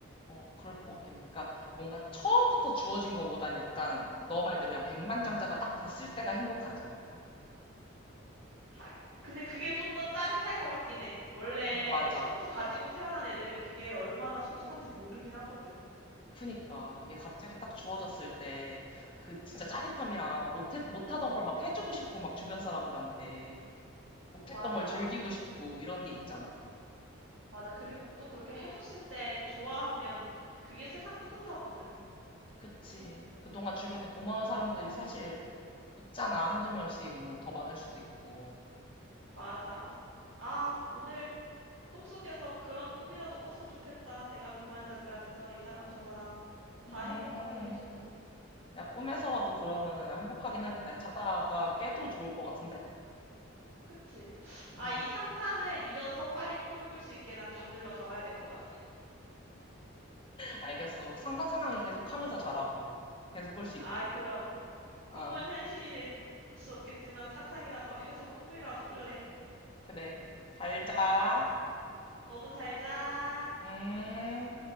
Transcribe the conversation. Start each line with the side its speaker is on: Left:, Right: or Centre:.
Left: 어, 그럴 것 같긴 해. 그러니까 뭔가 처음부터 주어진 것보단 약간 너 말대로 그냥 백만장자가 딱 됐을 때가 행복하지 않을까?
Right: 하, 근데 그게 좀 더 짜릿할 것 같긴 해. 원래
Left: 어, 맞아.
Right: 처음부터 가지고 태어난 애들은 그게 얼마나 소중한지 모르긴 하거든.
Left: 그니까 이게 갑자기 딱 주어졌을 때 그 진짜 짜릿함이랑 못해, 못하던 걸 막 해주고 싶고 막 주변 사람들한테 못했던
Right: 맞아.
Left: 걸 즐기고 싶고 이런 게 있잖아.
Right: 맞아. 그리고 또 그렇게 해줬을 때 좋아하면 그게 세상 뿌듯하거든.
Left: 그치. 그동안 주변에 고마운 사람들이 사실 있잖아. 한두 명씩 뭐 더 많을 수도 있고.
Right: 맞아. 아, 오늘 꿈속에서 그런 꿈이라도 꿨으면 좋겠다. 내가 백만장자 돼서 이 사람 저 사람 다
Left: 음,
Right: 행복하게 해주는.
Left: 야, 꿈에서라도 그러면 야, 행복하긴 하겠다. 야, 자다가 깨도 좋을 것 같은데?
Right: 그치?
Left: 음,
Right: 아, 이 상상을 이어서 빨리 꿈을 꿀 수 있게 난 잠들러 가봐야 될 것 같아.
Left: 알겠어. 상상 상황을 계속 하면서 자라고. 계속 꿀 수 있게.
Right: 아, 그럼.
Left: 어,
Right: 꿈은 현실이 될 수 없겠지만 상상이라도 해서 꿈이라도 꿀래.
Left: 그래. 잘 자.
Right: 너도 잘 자.
Left: 음.